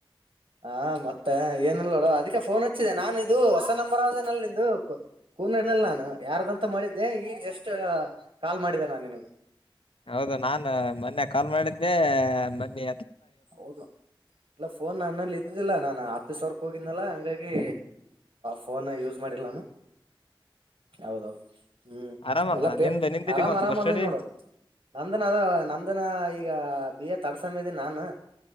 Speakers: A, on the right; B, on the left.
A: ಹ ಮತ್ತೆ ಮತ್ತ ಏನಲ್ ನೋಡ ಅದಕ್ಕೆ ಫೋನ್ ಹಚ್ಚಿದೆ ನಾನು ಇದು ಹೊಸ ನಂಬರ್ ಅವದೆೇನಲ್ಲಿ ನಿಂದು ಕೂನರ್ಲ್ಲಿ ನಾನು ಯಾರ್ದಂತ ಮಾಡಿದ್ದೆ ಈಗ ಜಸ್ಟ್ ಕಾಲ್ ಮಾಡಿದ್ದ ನಾನ್ ನಿನ್ಗ
B: ಹೌದು ನಾ ಮೊನ್ನೆ ಕಾಲ್ ಮಾಡಿದ್ದೆ ಮನ್ನಿ
A: ಹೌದು ಇಲ್ಲ ಫೋನ್ ನನ್ನಲ್ಲಿ ಇದ್ದುದಿಲ್ಲ ನಾನು ಆಫೀಸ್ ವರ್ ಹ ಹೋಗಿದ್ನಲ್ಲ ಹಂಗಾಗಿ ಫೋನ್ ಯೂಸ್ ಮಾಡಿಲ್ಲ ನಾನು ಹೌದೌದು ಹೂ
B: ಆರಾಮಲ್ಲ
A: ಎಲ್ಲ ಪೇ
B: ನಿಂದ ನಿಂದೆಲ್ಲಿ
A: ಆರಾಮ್
B: ಬಂತ
A: ಆರಾಮ
B: ಬಸ್ ಸ್ಟಡಿ
A: ಅೇನ್ ನೋಡು ನಂದುನು ಅದ ನಂದನ ಈಗ ಬಿ ಎ ಥರ್ಡ್ ಸೇಮ್ ಇದೀನಿ ನಾನು